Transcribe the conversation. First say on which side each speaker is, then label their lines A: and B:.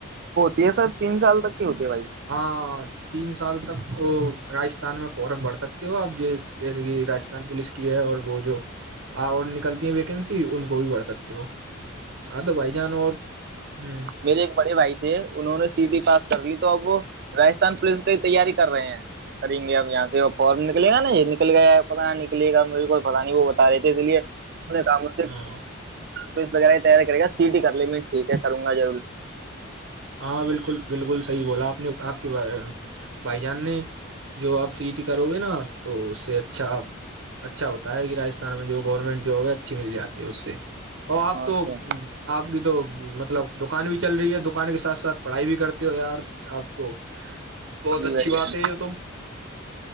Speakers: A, on the right (about 50°); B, on the right (about 65°).
A: یہ سر تین سال تکے ہوتے بھائی
B: ہ تین سال تک وہ راجستھان میں فورم بھر سکتے ہو آپ جیسے کہ راجستھان پولیس کی ہے اور وہ جو اور نکلتی ہے ویکینسی تی ان کو بھی بھر سکتے ہو ہاں تو بھائی جان اور ہوں
A: میرے ایک بڑے بھائی تھے انہوں نے سی ڈٹی پاس کر لی تو اب وہ راجستھان پولیس کی تیاری کر رہے ہیں کریں گے اپ یہاں سے وہ فارم نکلے گا یہ نکل گیا ہے پتہ نکلے گا میرے کو پتا نہیں وہ رہے تھے اس لیے کام
B: ہاں
A: کہس وغیرہ یہ تیار کرے گا سیٹی کر لینے ٹھیک ہے کروں گ ضرور
B: ہاں بالکل بالکل صحیح بولا آپ نے آپ بھائی جان نے جو آپ سی کرو گے نا تو اس سے اچھا اچھا ہوتا ہے کہ راجستھان میں جو گورنمنٹ جواب ہے اچھی مل جاتی ہے اس سے اور آپ تو
A: اچھا
B: آپ کی تو م مطلب دکان بھی چل رہی ہے دکان کے ساتھ ساتھ پڑھائی بھی کرتے ہو یار آپ تو بہت
A: جی
B: اچھی
A: بھائی
B: بات
A: جان
B: ہے یہ تو